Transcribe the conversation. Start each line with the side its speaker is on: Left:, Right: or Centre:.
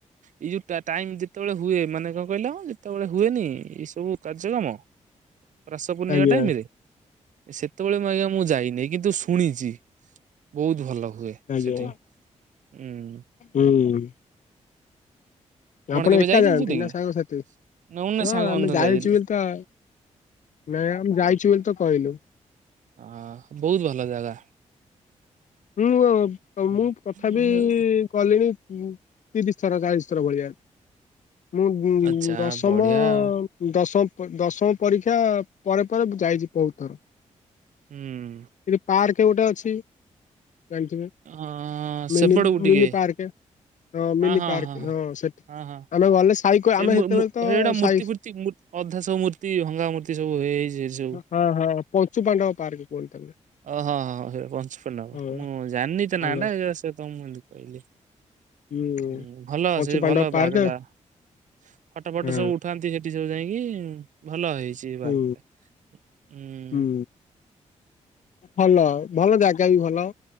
Right: ଏଇ ଯୋଉ ଟା ଟାଇମ ଯେତେବେଳେ ହୁଏ ମାନେ କଣ କହିଲ ଯେତେବେଳେ ହୁଏନି ଏଇ ସବୁ କାର୍ଯ୍ୟକ୍ରମ ରାସ ପୂର୍ଣ୍ଣିମା
Left: ଆଜ୍ଞା
Right: ଟାଇମ ରେ? ସେତେବେଳେ ଆଜ୍ଞା ମୁଁ ଯାଇନେଇ କିନ୍ତୁ ଶୁଣିଛି। ବହୁତ ଭଲ ହୁଏ
Left: ଆଜ୍ଞା
Right: ସେଠ ଉୁଁ।
Left: ହୁଁ। ଆପଣ
Right: କେବେ
Left: ଏକା
Right: ଯାଇଛନ୍ତି
Left: ଯାଆନ୍ତି
Right: ସେଠିକି
Left: ନା ସାଙ୍ଗସଥି
Right: ନା ଉନେ
Left: ହଁ
Right: ସାଙ୍ଗମାନେ
Left: ଆମେ
Right: ସବୁ
Left: ଯାଇଛୁ
Right: ଯାଇଥିଲେ
Left: ବୋଲି ତ ନାଇଁ ଆମେ ଯାଇଛୁ ବୋଲି ତ କହିଲୁ।
Right: ହଁ ବହୁତ ଭଲ ଜାଗା।
Left: ହୁଁ ତ
Right: ହୁଁ
Left: ମୁଁ ତଥାପି କଲିଣି ତିରିଶ ଥର ଚାଳିଶ ଥର ଭଳିଆ। ମୁଁ
Right: ଆଚ୍ଛା
Left: ଦଶମ
Right: ବଢିଆ ଆଉ
Left: ଦଶମ ପ ଦଶମ ପରୀକ୍ଷା ପରେ ପରେ ମୁଁ ଯାଇଛି ବହୁତ ଥର।
Right: ହୁଁ।
Left: ଏଇ ଯୋଉ ପାର୍କ ଗୋଟେ ଅଛି। ଜାଣିଥିବେ
Right: ଆଁ
Left: ମିନି
Right: ସେପଟକୁ ଟିକେ।
Left: ମିନି ପାର୍କ ମିନି
Right: ହଁ ହଁ
Left: ପାର୍କ
Right: ହଁ
Left: ସେଠି
Right: ହଁ ହଁ
Left: ଆମେ ଗଲେ ସାଇ
Right: ସେ
Left: ଆମେ
Right: ମୁ
Left: ସେତେବେଳେ
Right: ମୁ
Left: ତ
Right: ସେଇଟା ମୂର୍ତ୍ତି
Left: ସାଇ
Right: ଫୁର୍ତ୍ତି ମୁ ଅଧା ସବୁ ମୂର୍ତ୍ତି ଭଙ୍ଗା ମୂର୍ତ୍ତି ସବୁ ହେଇଯାଇଛି ସେ ସବୁ।
Left: ହଁ ହଁ ପଞ୍ଚୁ ପାଣ୍ଡବ ପାର୍କ କୁହନ୍ତି ତାକୁ
Right: ଓହୋ ହ ପଞ୍ଚୁ ପାଣ୍ଡବ।
Left: ହଁ
Right: ମୁଁ ଜାଣିନି ତ
Left: ଆଉ
Right: ନା ଟା ସେ ତମକୁ ଏମିତି କହିଲି।
Left: ହୁଁ
Right: ହଁ ଭଲ
Left: ପଞ୍ଚୁ
Right: ସେ
Left: ପାଣ୍ଡବ
Right: ଭଲ
Left: ପାର୍କ
Right: ବାହାଘର ଟା ଫଟୋ ଫଟ
Left: ହଁ
Right: ସବୁ ଉଠ ଠାନ୍ତି ସେଠି ସବୁ ଯାଇକି ଭଲ ହେଇଛି। ଏ ପାର୍କ
Left: ହୁଁ
Right: ଟା। ଉଁ
Left: ହୁଁ। ଭଲ ଭଲ ଜାଗା ବି ଭଲ।